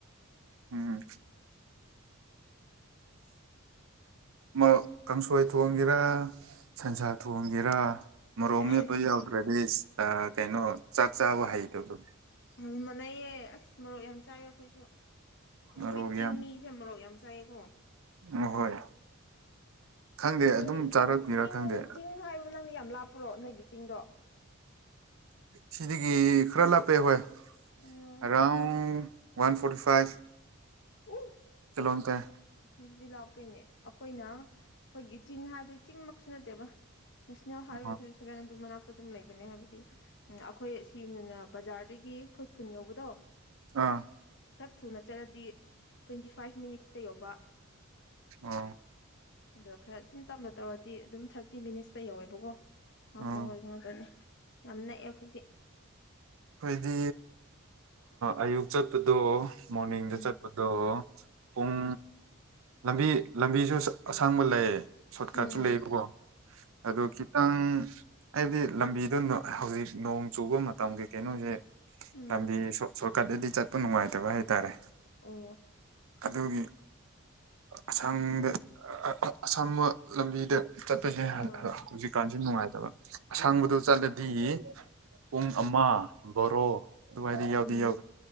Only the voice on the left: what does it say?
ꯑꯦꯁ
ꯑꯗꯨ ꯃꯥꯟꯅꯩꯌꯦ ꯑꯁ ꯃꯔꯣꯛ ꯌꯥꯝ ꯆꯥꯏꯌꯦ ꯑꯩꯈꯣꯏꯁꯨ ꯑꯩꯈꯣꯏ
ꯆꯤꯡ
ꯃꯤꯁꯦ ꯃꯔꯣꯛ ꯌꯥꯝ ꯆꯥꯏ ꯆꯥꯏꯒꯣ
ꯅꯪꯗꯤ
ꯆꯤꯡ
ꯆꯤꯡ ꯍꯥꯏꯕ ꯅꯪꯗꯤ ꯌꯥꯝ ꯂꯥꯞꯄꯨꯔꯣ ꯅꯣꯏꯒꯤ ꯆꯤꯡꯗꯣ
ꯎꯝ
ꯎ
ꯑꯗꯨꯗꯤ ꯂꯥꯛꯄꯩꯅꯦ ꯑꯩꯈꯣꯏꯅ ꯑꯩꯈꯣꯏꯒꯤ ꯆꯤꯡ ꯍꯥꯏꯕꯗꯤ ꯆꯤꯡꯃꯛꯁꯨ ꯅꯠꯇꯦꯕ ꯅꯁꯅꯦ ꯍꯥꯏ ꯑꯣꯏꯕ
ꯅ ꯑꯗꯨꯗꯨꯃꯅꯥ ꯑꯗꯨꯝ ꯂꯩꯕꯅꯦ ꯍꯥꯏꯕꯗꯤ ꯎꯝ ꯑꯩꯈꯣꯏ ꯁꯤ ꯕꯖꯥꯔꯗꯒꯤ ꯑꯩꯈꯣꯏ ꯈꯨꯟ ꯌꯧꯕꯗꯣ
ꯈꯔ ꯊꯨꯅ ꯆꯠꯂꯗꯤ ꯇ꯭ꯋꯦꯟꯇꯤ ꯐꯥꯏꯚ ꯃꯤꯅꯤꯠꯁꯇ ꯌꯧꯕ
ꯑꯗꯣ ꯈꯔ ꯑꯗꯨꯝ ꯇꯞꯅ ꯇꯧꯔꯗꯤ ꯑꯗꯨꯝ ꯊꯥꯔꯇꯤ ꯃꯤꯅꯤꯠꯁꯇ ꯌꯧꯋꯦꯕꯀꯣ ꯍꯐꯣꯗꯅꯦ
ꯌꯥꯝ ꯅꯛꯑꯦ ꯑꯩꯈꯣꯏꯗꯤ
ꯎꯝ
ꯎꯝ
ꯎꯝ
ꯑꯣ
ꯎꯝ
ꯎꯝ